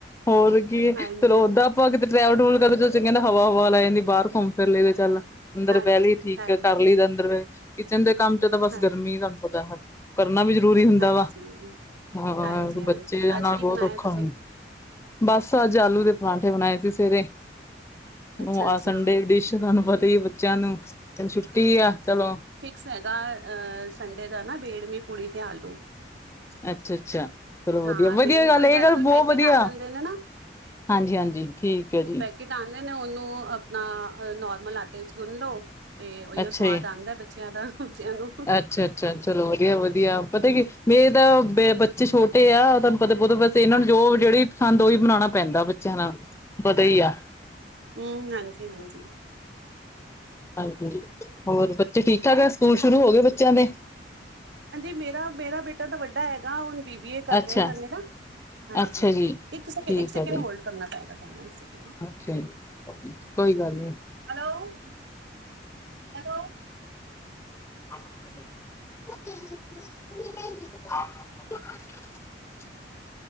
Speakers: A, on the left (about 15°); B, on the right (about 80°).
A: ਹੋਰ ਕੀ
B: ਹਾਂਜੀ
A: ਚਲੋ ਔਦਾ ਅਪਾਂ ਕਿਤੇ ਟਰੈਵ ਟੂਲ ਕਰੇ ਤੋ ਚੰਗੇ ਨਾ ਹਵਾ-ਹੁਵਾ ਲਗ ਜਾਂਦੀ ਬਾਰ ਘੁੰਮ ਪੈਲੇ ਤੇ ਚੱਲ ਅੰਦਰ
B: ਹਾਂਜੀ
A: ਬੈਹ ਲਈ ਠੀਕ
B: ਹਾਂਜੀ
A: ਐ, ਕਰ ਲਈ ਦੈ ਅੰਦਰ ਬੈ ਕਿਚਨ ਦੇ ਕੰਮ ਤੇ ਤਾਂ ਬਸ
B: ਹਾਂ
A: ਗਰਮੀ ਤੁਹਾਨੂੰ ਪਤਾ, ਹਰ ਕਰਨਾ ਵੀ ਜ਼ਰੂਰੀ ਹੁੰਦਾ
B: ਹਾਂਜੀ
A: ਵਾ ਹਾਂ,
B: ਹਾਂਜੀ
A: ਬੱਚੇ
B: ਹਾਂਜੀ ਅੱਜ
A: ਨਾਲ
B: ਕੀ
A: ਬਹੁਤ
B: ਬਣਾਇਆ
A: ਔਖਾ
B: ਤੁਸੀਂ
A: ਬਸ ਅੱਜ ਆਲੂ ਦੇ ਪਰਾਂਠੇ ਬਣਾਏ ਸੀ ਸਵੇਰੇ।
B: ਅੱਛਾ
A: ਹੁੰ ਆਹ
B: ਅੱਛਾ
A: ਸੰਡੇ
B: ਹਮ
A: ਡਿਸ਼ ਤੁਹਾਨੂੰ ਪਤਾ ਈ ਏ ਬੱਚਿਆਂ ਨੂੰ, ਛੁੱਟੀ ਆ, ਚਲੋ।
B: ਸੈਗਾ ਅ ਸੰਡੇ ਦਾ ਨਾ ਬੇੜਮੀ ਪੁੜੀ ਤੇ ਆਲੂ।
A: ਅੱਛਾ-ਅੱਛਾ, ਚਲੋ ਵਧੀਆ
B: ਹਾਂ
A: ਵਧੀਆ
B: ਬੇੜਮੀ
A: ਗੱਲ,
B: ਪੁੜੀ
A: ਏਹ
B: ਦੇ ਅੱਜ
A: ਗੱਲ
B: ਕੱਲ
A: ਬਹੁਤ
B: ਪੈਕੇਟ
A: ਵਧੀਆ।
B: ਆ ਜਾਂਦੇ ਨੇ ਨਾ
A: ਹਾਂਜੀ-ਹਾਂਜੀ, ਠੀਕ ਹੈ ਜੀ।
B: ਕਿਟ ਆਂਦੇ ਨੇ ਓਨੂੰ ਅਪਣਾ ਨੋਰਮਲ ਆਟੇ ਚ ਗੁੰਨ ਲੋ ਤੇ ਓਹੀਓ
A: ਅੱਛਾ
B: ਸਵਾਦ
A: ਜੀ
B: ਆਦੇ, ਬੱ ਚਿਆ ਦਾ ਬੱਚਿਆਂ ਨੂੰ,
A: ਅੱਛਾ ਅੱਛਾ ਚਲੋ ਵਧੀਆ ਵਧੀਆ ਪਤਾ
B: ਹੂੰ।
A: ਕੀ ਮੇਰੇ ਤਾਂ ਬ-ਬੱਚੇ ਛੋਟੇ ਆ ਤੁਹਾਨੂੰ ਪਤਾ ਬੌਤਾ ਬਸ ਏਨਾਂ ਨੂੰ ਜੋ ਜੇੜੀ ਪਸੰਦ ਓਹੀ ਬਣਾਣਾ ਪੈਂਦਾ ਬੇ। ਚਨਾ ਵਧਾ ਈ ਆ।
B: ਹੂੰ, ਹਾਂਜੀ-ਹਾਂਜੀ।
A: ਹਾਂਜੀ, ਹੋਰ ਬੱਚੇ ਠੀਕ-ਠਾਕ ਹੈ, ਸਕੂਲ ਸ਼ੁਰੂ ਹੋਗੇ ਬੱਚਿਆਂ ਦੇ?
B: ਹਾਂਜੀ, ਮੇਰਾ-ਮੇਰਾ ਬੇਟਾ ਤਾਂ ਵੱਡਾ ਹੈਗਾ ਹੁਣ, ਬੀ ਬੀ ਏ ਕਰ
A: ਅੱਛਾ
B: ਰਿਆ ਹਲੇ ਨਾ। ਹਾਂਜੀ,
A: ਅੱਛਾ ਜੀ
B: ਇੱਕ ਸੈਕ
A: ਠੀਕ
B: ਇੱਕ ਸੈਕਿੰਡ
A: ਆ ਜੀ
B: ਹੋਲਡ ਕਰਨਾ ਪਏਗਾ, ਤੁਹਾਨੂੰ ਇੱਕ ਸੈਕਿੰਡ।
A: ਅੱਛਾ ਜੀ ਕੋਈ ਗੱਲ ਨੀ।
B: ਹੈਲੋ-ਹੈਲੋ।
A: <unintelligible>